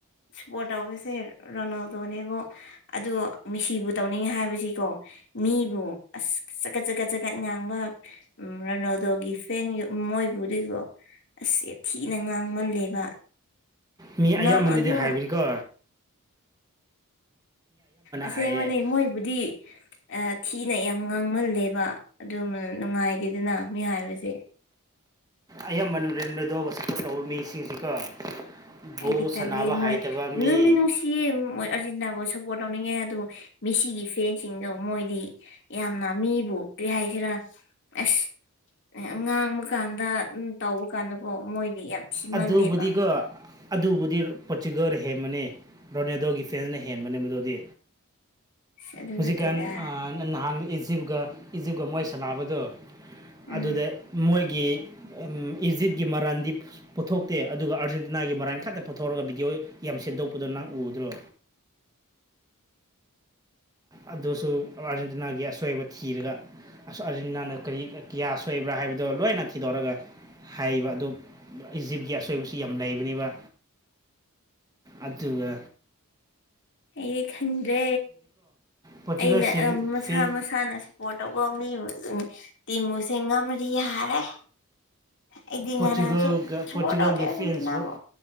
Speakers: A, on the left (about 55°); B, on the right (about 15°).
A: ꯁꯄꯣꯔꯠ ꯇꯔꯤꯁꯦ ꯔꯣꯅꯥꯜꯗꯣꯅꯦꯕꯣ ꯑꯗꯣ ꯃꯤꯁꯤꯕꯨ ꯇꯧꯅꯤꯡꯉꯦ ꯍꯥꯏꯕꯁꯤꯀꯣ ꯃꯤꯕꯨ ꯑꯁ ꯆꯀꯠ ꯆꯀꯠ ꯆꯀꯠ ꯉꯥꯡꯕ ꯎꯝ ꯔꯣꯅꯥꯜꯗꯣꯒꯤ ꯐꯦꯟ ꯃꯣꯏꯕꯨꯗꯨꯕꯣ ꯑꯁ ꯊꯤꯅ ꯉꯥꯡꯃꯜꯂꯦꯕ
B: ꯃꯤ
A: ꯉꯝ
B: ꯑꯌꯥꯝꯕꯅꯗꯤ
A: ꯑꯗꯨ
B: ꯍꯥꯏꯕꯤꯅꯤꯀꯣ
A: ꯑꯁꯦ
B: ꯍꯥꯏꯌꯦ
A: ꯕꯅꯤ ꯃꯣꯏꯕꯨꯗꯤ ꯊꯤꯅ ꯌꯥꯝ ꯉꯥꯡꯃꯜꯂꯦꯕ ꯑꯗꯨ ꯅꯨꯡꯉꯥꯏꯇꯦꯗꯅ ꯃꯤ ꯍꯥꯏꯕꯁꯦ
B: ꯑꯌꯥꯝꯕꯅ ꯔꯣꯅꯥꯜꯇꯣꯕꯨ ꯁꯞꯄꯣꯔꯠ ꯇꯧꯕ ꯃꯤꯁꯤꯡꯁꯤꯀꯣ ꯕꯣꯜ
A: ꯑꯩꯗꯤ
B: ꯁꯥꯟꯅꯕ
A: ꯇꯜꯂꯦ ꯃꯣꯏ
B: ꯍꯩꯇꯕ ꯃꯤ
A: ꯅꯨꯡꯗꯤ ꯅꯨꯡꯁꯤ ꯑꯔꯖꯦꯟꯇꯤꯅꯥꯕꯨꯁꯨ ꯁꯞꯄꯣꯔꯠ ꯇꯧꯅꯤꯡꯉꯦ ꯑꯗꯣ ꯃꯤꯁꯤꯒꯤ ꯐꯦꯟꯁꯤꯡꯗꯣ ꯃꯣꯏꯗꯤ ꯌꯥꯝꯅ ꯃꯤꯕꯨ ꯀꯔꯤ ꯍꯥꯏꯁꯤꯔꯥ ꯑꯁ ꯉꯥꯡꯕ ꯀꯥꯟꯗ ꯇꯧꯕ ꯀꯥꯟꯗꯀꯣ ꯃꯣꯏꯗꯤ ꯌꯥꯝ ꯊꯤꯃꯜꯂꯦꯕ
B: ꯑꯗꯨꯕꯨꯗꯤꯀꯣ ꯑꯗꯨꯕꯨꯗꯤ ꯄꯣꯔꯇꯨꯀꯜꯒꯤꯅ ꯍꯦꯟꯕꯅꯤ ꯔꯣꯅꯥꯜꯗꯣꯒꯤ ꯐꯦꯟꯁꯤꯡꯅ ꯍꯦꯟꯕꯅꯦ ꯃꯗꯨꯗꯤ
A: ꯑꯁ ꯑꯗꯨ
B: ꯍꯧꯖꯤ
A: ꯅꯠꯇꯦꯗ
B: ꯀꯥꯟ ꯑ ꯅꯍꯥꯟ ꯏꯖꯤꯞꯀ ꯏꯖꯤꯞꯀ ꯃꯣꯏ ꯁꯥꯟꯅꯕꯗꯣ
A: ꯎꯝ
B: ꯑꯗꯨꯗ ꯃꯣꯏꯒꯤ ꯏꯖꯤꯠꯒꯤ ꯃꯔꯔꯥꯥꯟꯗꯤ ꯄꯨꯊꯣꯛꯇꯦ ꯑꯗꯨꯒ ꯑꯥꯔꯖꯦꯟꯇꯤꯅꯥꯒꯤ ꯃꯔꯥꯟ ꯈꯛꯇ ꯄꯨꯊꯣꯛꯑꯒ ꯕꯤꯗꯤꯑꯣ ꯌꯥꯝ ꯁꯦꯝꯗꯣꯛꯄꯗꯣ ꯅꯪ ꯎꯗ꯭ꯔꯣ ꯑꯗꯨꯁꯨ ꯑꯥꯔꯖꯦꯟꯇꯤꯅꯥꯒꯤ ꯑꯁꯣꯏꯕ ꯊꯤꯔꯒ ꯑꯁ ꯑꯔꯖꯦꯟꯇꯤꯅꯥꯅ ꯀꯔꯤ ꯀꯌꯥ ꯁꯣꯏꯕ꯭ꯔꯥ ꯍꯥꯏꯕꯗꯣ ꯂꯣꯏꯅ ꯊꯤꯗꯣꯛꯑꯒ ꯍꯥꯏꯕ ꯑꯗꯨ ꯏꯖꯤꯞꯀꯤ ꯑꯁꯣꯏꯕꯁꯣ ꯌꯥꯝ ꯂꯩꯕꯅꯤꯕ ꯑꯇꯨꯒ
A: ꯑꯩꯗꯤ ꯈꯪꯗ꯭ꯔꯦ
B: ꯄꯣꯔꯇꯨꯒꯜ
A: ꯑꯩꯅ ꯃꯁꯥ
B: ꯐꯦꯟ
A: ꯏꯁꯥꯅ ꯁꯞꯄꯣꯔꯠꯇ ꯋꯥꯃꯤꯕꯖꯤꯡ ꯇꯤꯝꯃꯨꯁꯤꯡ ꯉꯝꯃꯗꯤ ꯌꯥꯔꯦ ꯑꯩꯗꯤ
B: ꯄꯣꯔꯇꯨꯒꯜꯒ
A: ꯉꯔꯥꯡꯁꯨ ꯁꯞꯄꯣꯔꯠ
B: ꯄꯣꯔꯇꯨꯒꯜꯒꯤ
A: ꯇꯧꯗꯦ ꯑꯥꯔꯖꯦꯟꯇꯤꯅꯥꯕꯨ
B: ꯐꯦꯟꯁ